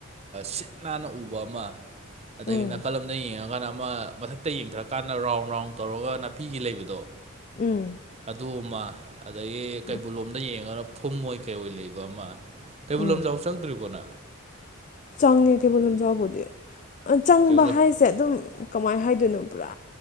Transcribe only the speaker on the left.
ꯎꯝ
ꯎꯝ
ꯎꯝ
ꯎꯝ
ꯆꯪꯉꯦ ꯀꯩꯕꯨꯜ ꯂꯝꯖꯥꯎꯕꯨꯗꯤ ꯆꯪꯕ
ꯍꯥꯏꯁꯦ ꯑꯗꯨꯝ ꯀꯃꯥꯏꯅ ꯍꯥꯏꯗꯣꯏꯅꯣ ꯄꯨꯔꯥ